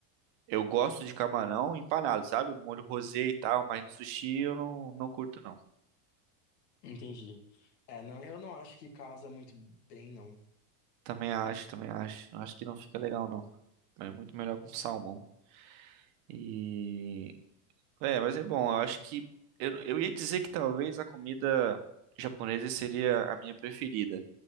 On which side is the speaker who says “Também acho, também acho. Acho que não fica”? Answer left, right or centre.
Right